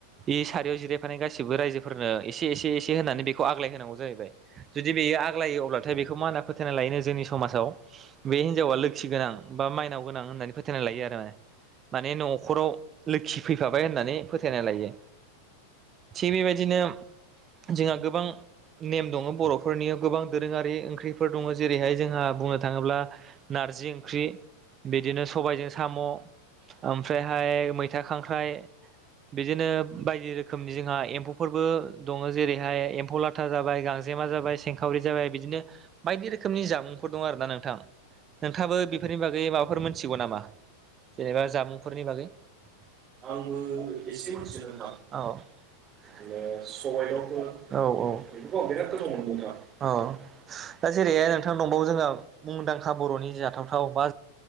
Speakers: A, on the right; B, on the right.
A: इ सारायाव जिरायफानाय गासि बो रायजोफोरनो एसे एसे एसे से होनानै बेखौ आग्लाय होनांगौ जाहैबाय जुदि बेयो आग्लायो अब्लाथाय बेखौ मा ना फोथायना लायोनो जोंनि समाजाव बे हिन्जावा लोखि गोनां बा माइनाव गोनां होननानै फोथायनाय लायो आरो ओ माने न'खराव लोखि फैफाबाय होननानै फोथायनाय लायो। थिग बेबायदिनो जोंहा गोबां नेम दङ' बर'फोरनियाव गोबां दोरोङारि ओंख्रिफोर दङ' जेरैहाय जोंहा बुंनो थाङोब्ला नारजि ओंख्रि बिदिनो सबायजों साम' ओमफ्रायहाय मैथा खांख्राइ बिदिनो बायदि रोखोमनि जोंहा एम्फौफोरबो दङ' जेरैहाय एम्फौ लाथा जाबाय गांजेमा जाबाय सेंखावरि जाबाय बिदिनो बायदि रोखोमनि जामुंफोर दं आरो ना नोंथां नोंथाङाबो बेफोरनि बागै माबाफोर मोनथिगौ नामा? जेनेबा जामुंफोरनि बागै <unintelligible> आं
B: आंबो
A: ओ एसे मिथिनो
B: मोनथियो नोंथां
A: <unintelligible> औ
B: बिदिनो
A: माने सबाय
B: सबाइ
A: दावखौ
B: दाउफोर
A: औ औ बेफोरखौ आं बेराद
B: बिराद
A: <unintelligible> अ
B: गोथाव मोनो नोंथां
A: दा जेरै नोंथां दंबावो जोंहा मुंदांखा बर'नि जाथावथाव बा